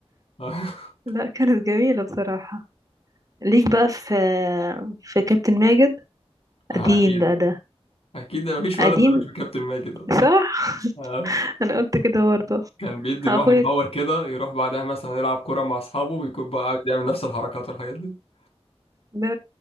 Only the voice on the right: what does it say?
<laughs> لا كانت جميلة بصراحة ليك بقى في في كابتن ماجد
قديم بقى ده
قديم
صح
<laughs> انا قلت كده برضه
اخويا
ده